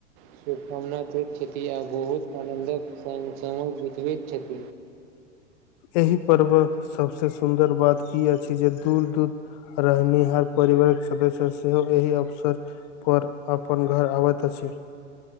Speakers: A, on the right (about 45°); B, on the left (about 35°).
A: शुभकामना दैत छथिन आ बहुत आनन्दक संग समय बितबैत छथ
B: एहि पर्वक सभसँ सुन्दर बात ई अछि जे दूध दू रहनि हर परिवारक सदस्य सेहो एहि अवस पर अपन घर अबैत अछ